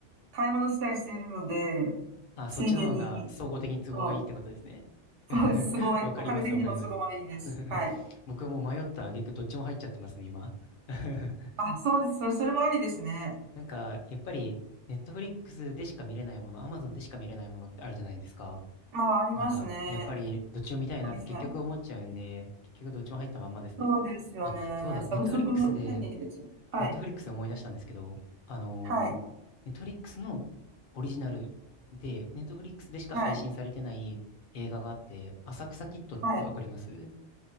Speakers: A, on the right; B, on the left.
A: 買い物したりしているので、
B: あ、
A: ついでに、
B: そっちの方が総合的に都合がいいってことですね。
A: そう、そうです。
B: <laughs>
A: すごい。
B: わかります、
A: お金的にもすごいいいです。
B: わかります。<laughs>
A: はい。
B: 僕はもう迷った挙句どっちも入っちゃってますね、今。<laughs>
A: あ、そうです。それ、それもありですね。
B: なんか、やっぱり、ネットフリックスでしか見れないもの、アマゾンでしか見れないものってあるじゃないですか。
A: まあ、ありますね。
B: なんか、やっぱり、どっちも見たいなって結局思っちゃうんで、
A: オリジナル。
B: 結局どっちも入ったまんまですね。
A: そうですよね。
B: あ、そうだ、
A: サブスク便利ですよ。
B: ネットフリックスで
A: はい。
B: ネットフリックスで思い出したんですけど、あのネットフリックスのオリジナルで、
A: はい。
B: ネットフリックスでしか配信されてない映画があって、
A: はい。
B: 浅草キッドってわかります
A: はい。